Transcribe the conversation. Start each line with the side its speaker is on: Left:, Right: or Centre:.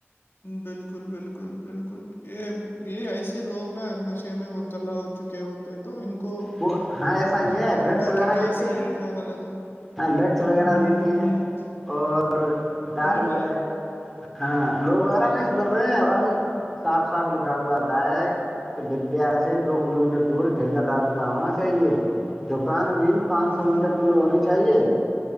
Left: بالکل بالکل بالکل یہ یہ ایسے لوگ نا نشے میں مبتال چکے ہوتے ہیں تو ان کو
Centre: وہ ہاں ایسا
Left: سمجھ
Centre: یہ
Left: نہیں
Centre: ہے ڈرگس
Left: رہتا
Centre: وغیرہ
Left: کہ کیا
Centre: لیتی
Left: صحیح ہے کیا غلط ہے
Centre: ہاں ڈرگس
Left: ہوں
Centre: وغیرہ لیتی ہیں
Left: ہوں
Centre: اور دارو
Left: تبھی تو
Centre: ہے ہاں لوگ وغیرہ نہیں سدھر رہے ہیں اور نہیں صاف صاف لکھا ہوا آتا ہے تو ودیا سے دو کلو میٹر دور ٹھیک داروں کا ہونا چاہیے دکان بھی پانچ
Left: بالکل
Centre: سو میٹر دور ہونی چاہیے